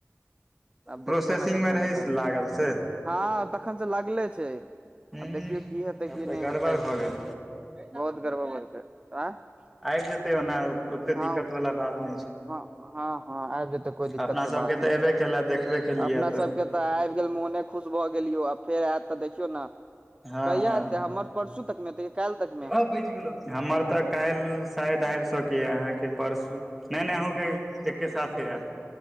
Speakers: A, on the right; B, in the centre.
A: आब
B: प्रोसेसिंगमे
A: देखियौ ने कखन
B: रहै
A: ऐतय
B: लागल से
A: हँ तखन से लागले छै
B: हूँ
A: आब देखियौ की हेतै
B: तब
A: की
B: तऽ
A: नय
B: गड़बड़
A: हेतै
B: भऽ गेल
A: बहुत गड़बड़ <unintelligible>
B: आबि जेतै ओना ओतेक
A: हँ
B: दिक्कत वला बात नय छै
A: हँ हँ हँ आबि जेतै कोइ दिक्कत
B: अपना
A: के
B: सबके
A: बात नय
B: तऽ
A: छै
B: एबे केला देखबे केलियै
A: अपना सबके तऽ आबि गेल मोने खुश भऽ गेल यौ आ फेर आयत तऽ देखियौ न
B: हँ
A: कहिआ
B: हँ
A: एतै हमर परसू तक मे एतै काल्हि तक मे
B: बचि गेलौ हमर तऽ काल्हि शायद आबि सकैया अहाँके परसू नय नय अहूँ के एके साथे आयत